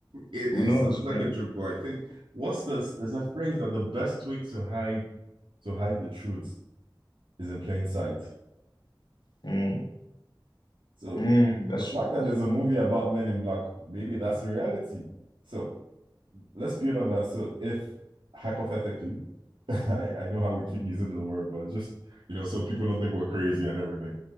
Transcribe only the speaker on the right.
It,
it
sounds
like
a joke, but I think what's this? There's a phrase that the best way to hide to hide the truth is in plain sight.
So
the fact that
there's a movie
about Men in Black, maybe that's the reality. So let's build on that. So if hypothetically, <laughs> I, I know how we keep using the word, but just you know, so people don't think we're crazy and everything.